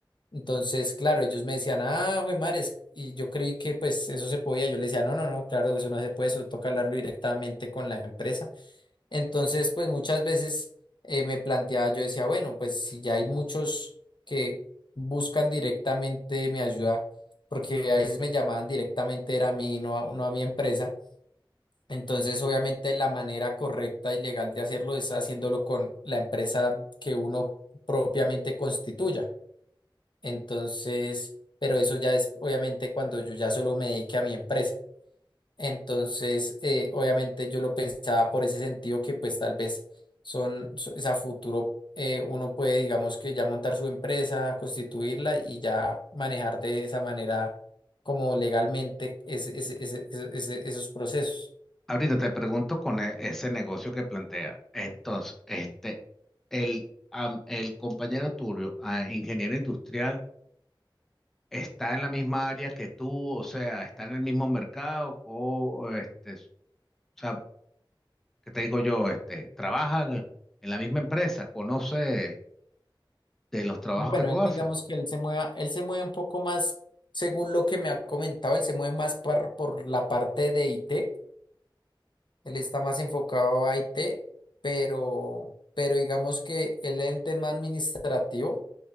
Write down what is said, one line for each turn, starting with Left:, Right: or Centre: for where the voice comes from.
Left: Entonces, claro, ellos me decían, ah, güey, mares, y yo creí que pues eso se podía. Yo le decía, no, no, no, claro, eso no se puede, eso toca hablarlo directamente con la empresa. Entonces, pues muchas veces eh, me planteaba, yo decía, bueno, pues si ya hay muchos que buscan directamente mi ayuda, porque a veces me llamaban directamente era a mí, no a, no a mi empresa. Entonces, obviamente la manera correcta y legal de hacerlo es haciéndolo con la empresa que uno propiamente constituya. Entonces, pero eso ya es obviamente cuando yo ya solo me dedique a mi empresa. Entonces, eh, obviamente yo lo pensaba por ese sentido que pues tal vez son, so- es a futuro eh, uno puede, digamos que ya montar su empresa, constituirla y ya manejar de esa manera como legalmente ese- ese- ese- ese- ese- esos procesos.
Centre: Ahorita te pregunto con e- ese negocio que plantea. Entonces, este, el, am- el compañero Turio, ah, ingeniero industrial, ¿está en la misma área que tú? O sea, ¿está en el mismo mercado? O, este, s- o sea, ¿qué te digo yo? Este, ¿trabaja en la misma empresa? ¿Conoce de los trabajos
Left: Bueno,
Centre: que tú
Left: él
Centre: haces?
Left: digamos que él se mueva, él se mueve un poco más, según lo que me ha comentado, él se mueve más par- por la parte de IT, él está más enfocado a IT, pero, pero digamos que él en tema administrativo.